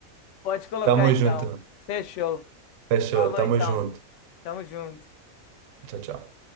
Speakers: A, on the left; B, on the right.
A: Pode colocar
B: Tamo
A: então.
B: junto.
A: Fechou.
B: Fechou.
A: Falou
B: Tamo
A: então.
B: junto.
A: Tamo junto.
B: Tchau, tchau.